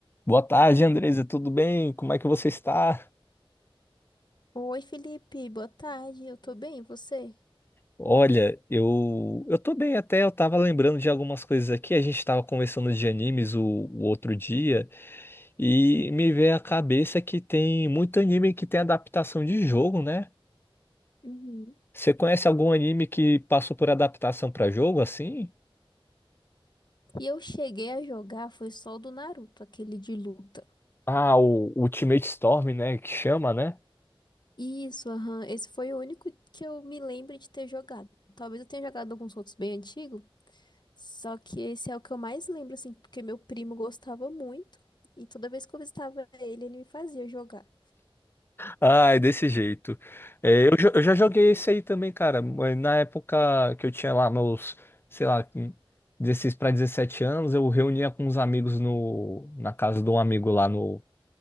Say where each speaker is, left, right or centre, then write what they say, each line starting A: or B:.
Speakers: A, on the left (about 25°); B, on the left (about 50°).
A: Boa tarde, Andresa, tudo bem? Como é que você está?
B: Oi, Felipe, boa tarde. Eu tô bem, e você?
A: Olha, eu eu tô bem até, eu tava lembrando de algumas coisas aqui, a gente tava conversando de animes o, o outro dia e me veio à cabeça que tem muito anime que tem adaptação de jogo, né?
B: Uhum.
A: Você conhece algum anime que passou por adaptação para jogo assim?
B: E eu cheguei a jogar foi só o do Naruto, aquele de luta.
A: Ah, o Ultimate Storm, né, que chama, né?
B: Isso, aham. Esse foi o único que eu me lembro de ter jogado. Talvez eu tenha jogado alguns outros bem antigos, só que esse é o que eu mais lembro, assim, porque meu primo gostava muito e toda vez que eu visitava ele, ele me fazia jogar.
A: Ai, desse jeito. É, eu, jo- eu já joguei esse aí também, cara. mas Na época que eu tinha lá meus, sei lá, 16 para 17 anos, eu reunia com uns amigos no, na casa de um amigo lá no,